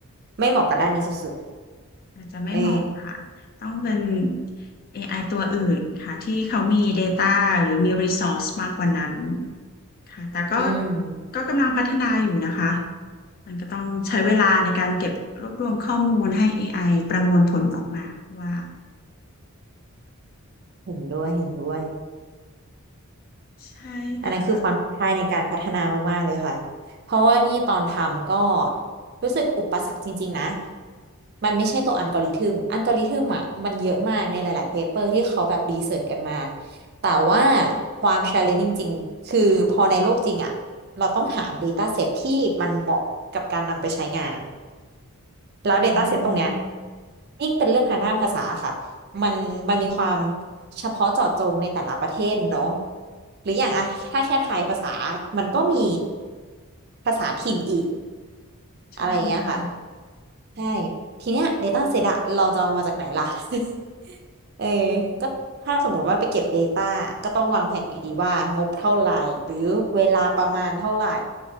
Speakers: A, on the right (about 45°); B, on the left (about 40°).
A: ไม่เหมาะกับด้านนี้สุด
B: อาจจะไม่เหมาะค่ะต้องเป็น
A: ๆเออ
B: AI ตัวอื่นค่ะที่เขามี Data หรือมี Resource มากกว่านั้นค่ะแต่ก็
A: อืม
B: ก็กำลังพัฒนาอยู่นะคะมันก็ต้องใช้เวลาในการเก็บรวบรวมข้อมูลให้ AI ประมวลผลออกมาว่า
A: เห็นด้วยเห็นด้วย
B: ใช่ค่ะ
A: อันนั้นคือความท้าทายในการพัฒนามากๆเลยค่ะเพราะว่านี่ตอนทำก็รู้สึกอุปสรรคจริงๆนะ มันไม่ใช่ตัวอัลกอริทึมอัลกอริทึมอ่ะมันเยอะมากในหลายๆเปเปอร์ที่เขาแบบรีเสิร์ชกันมา แต่ว่าความ challenging จริงคือพอในโลกจริงอ่ะเราต้องหา data set ที่มันเหมาะกับการนำไปใช้งาน แล้ว
B: อื
A: Data Set ตรงเนี้ย
B: ม
A: ยิ่งเป็นเรื่องทางด้านภาษาค่ะมันมันมีความเฉพาะเจาะจงในแต่ละประเทศเนอะหรืออย่างอะถ้าแค่ไทยภาษามันก็มีภาษาถิ่นอีก
B: ใช่ค่ะ
A: อะไรอย่างเงี้ยค่ะใช่ทีเนี้ย Data Set อะเราจะเอามาจากไหนล่ะ <laughs> เออก็ถ้าสมมุติว่าไปเก็บ Data ก็ต้องวางแผนดีๆว่างบเท่าไหร่หรือเวลาประมาณเท่าไหร่